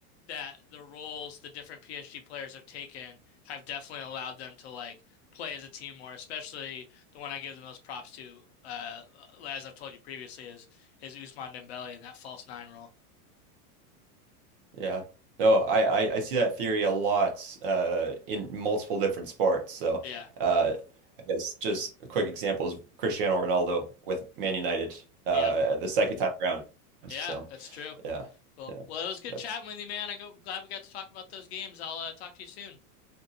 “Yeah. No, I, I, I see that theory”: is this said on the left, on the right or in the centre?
Right